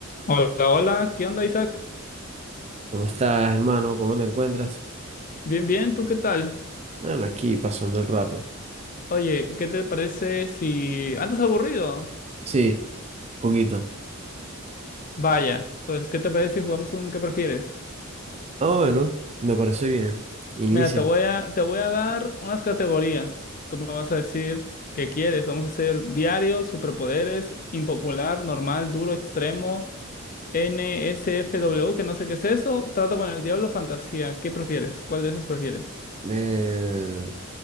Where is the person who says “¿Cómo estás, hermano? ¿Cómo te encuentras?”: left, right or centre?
Right